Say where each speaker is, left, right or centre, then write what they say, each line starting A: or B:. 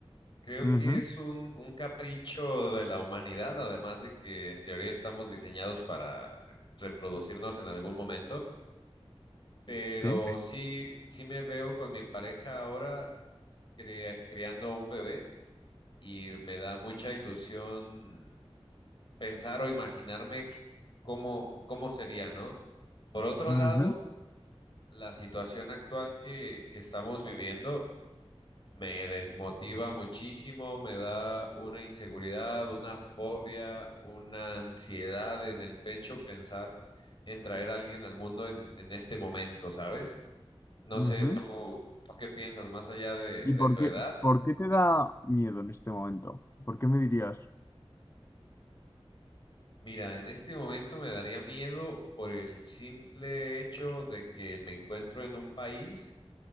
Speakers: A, on the left; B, on the left.
A: Creo
B: Ujú,
A: que es un, un capricho de la humanidad, además de que en teoría estamos diseñados para reproducirnos en algún momento. Pero
B: sí,
A: sí, sí me veo con mi pareja ahora crea- criando a un bebé y me da mucha ilusión pensar o imaginarme cómo, cómo sería, ¿no? Por otro
B: ujú,
A: lado, la situación actual que, que estamos viviendo me desmotiva muchísimo, me da una inseguridad, una fobia, una ansiedad en el pecho pensar en traer a alguien al mundo en, en este momento, ¿sabes? No
B: ujú.
A: sé, tú, tú qué piensas, más allá de,
B: ¿Y
A: de
B: por
A: tu
B: qué,
A: edad,
B: por qué te da miedo en este momento? ¿Por qué me dirías?
A: Mira, en este momento me daría miedo por el simple hecho de que me encuentro en un país